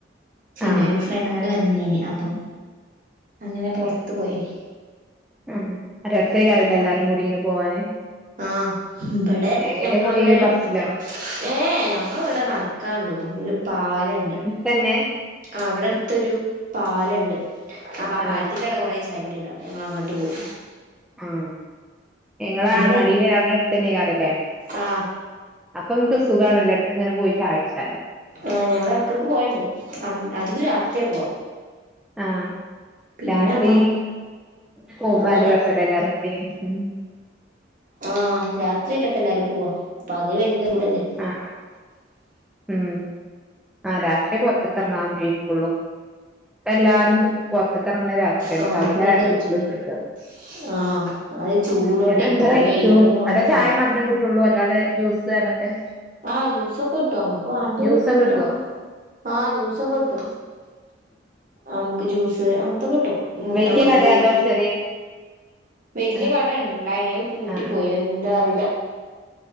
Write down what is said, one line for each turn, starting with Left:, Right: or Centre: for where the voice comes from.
Right: ഫിന്നൊരു
Centre: ആഹ്
Right: ഫ്രണ്ട്
Centre: അങ്ങനെ
Right: വന്നീനി അപ്പം അങ്ങനെ പൊറത്തു പോയ്നി-
Centre: ആഹ് രസേകാരല്ലേ എല്ലാരും കൂടി ഇങ്ങനെ പോവാന്?
Right: ആഹ് ഇബടെ
Centre: എങ്ങനെ
Right: ഞങ്ങളെ
Centre: പോയേ
Right: ഇവിടൊരു
Centre: ബസ്സിലോ
Right: ഏഹ് ഞങ്ങളെ ഇവടെ നടക്കാള്ളൂ ഒരു പാലണ്ട്
Centre: തന്നെ-
Right: ആഹ് ഇവിടെ അടുത്തൊരു പാലണ്ട് അപ്പൊ ആ
Centre: ആഹ്
Right: പാലത്തിന്റെ അവടെ കൊറേ ചായ പീടിയ ണ്ട് അപ്പൊ ഞങ്ങള് അങ്ങട്ട് പോവും.
Centre: ആഹ് നിങ്ങളെ അങ്ങാടില്
Right: വെ
Centre: അവിടെ എടുത്ത് തന്നെക്കാറല്ലേ?
Right: ആ
Centre: അപ്പൊ ഇങ്ങക്ക് സുഖാണല്ലോ എടക്ക് ഇങ്ങനെ പോയി ചായ കുടിച്ചാലോ-
Right: ആഹ ഞങ്ങള് എടക്ക്ടക്ക് പോവേണ്ട് അധികും രാത്രിയ പോവാ
Centre: ആഹ്
Right: പിന്നെ
Centre: രാത്രി
Right: അമ്മ
Centre: പോവുമ്പോ
Right: ആ
Centre: നല്ല
Right: ര
Centre: രസല്ലേ എല്ലാരും കൂടി ഇങ്ങനെ ഉം
Right: ആഹ് രാത്രിയല്ലേ ഇപ്പം എല്ലാരും പോവാ പകല് ഭയങ്കര ചൂടല്ലേ
Centre: ആഹ ആഹ ഉം ആഹ രാത്രി പുറത്തക്കറങ്ങാൻ <unintelligible> ഫുള്ളും ഇപ്പ എല്ലാരും പുറത്തക്കറങ്ങണ രാത്രിയാണ്
Right: ആ
Centre: പകൽ
Right: ഇപ്പ ഭയങ്കര
Centre: വീട്ടില്
Right: ചൂടല്ലേ
Centre: ഉത്തിർക്ക.
Right: ആ അത് ചൂടോണ്ടേ
Centre: മഹ് എട്ടാ
Right: ഇപ്പത്തെ
Centre: എന്താ കഴിച്ചു
Right: വെയിലൊന്നും കൊള്ളാൻ
Centre: അടെ
Right: പറ്റില്ല
Centre: ചായ മാത്രം കിട്ട. ട്ടുള്ളൂ അല്ലാതെ ജ്യൂസ് അങ്ങനത്തെ.
Right: ആഹ് ജ്യൂസൊക്കെ കിട്ടും നമ്മുക്ക് വാണ്ടി
Centre: ജ്യൂസൊക്കെ
Right: കിട്ടും
Centre: കിട്ടുവോ
Right: ആഹ് ജ്യൂസൊക്കെ കിട്ടും. നമുക്ക് ജ്യൂസ് അങ്ങനത്തെ കിട്ടും മുട്ട
Centre: വലിയ
Right: ബഗ്
Centre: കടയാതോ ചെറിയ.
Right: വല്യ
Centre: ആഹ്
Right: കട ഇണ്ടായിനി അത്പൂട്ടിപ്പോയി
Centre: ആഹ് ആഹ്
Right: എന്താ അറിയില്ല.